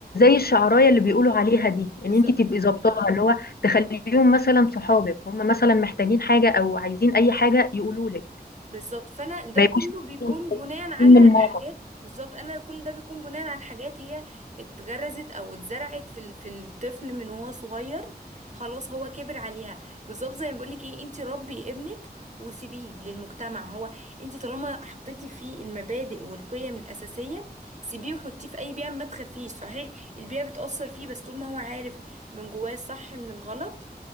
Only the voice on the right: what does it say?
بالظبط
بالظبط فانا ده
كله
بيكون
بناء على
حاجات بالظبط انا كل ده بيكون بناء على حاجات هي اتغرزت او اتزرعت في ال- في الطفل من وهو صغير خلاص هو كبر عليها بالظبط زي ما بقولك ايه انت ربي ابنك وسيبيه للمجتمع هو انت طالما حطيتي فيه المبادئ والقيم الاساسيه سيبيه وحطيه في اي بيئه ما تخافيش صحيح البيئه بتاثر فيه بس طول ما هو عارف من جواه الصح من الغلط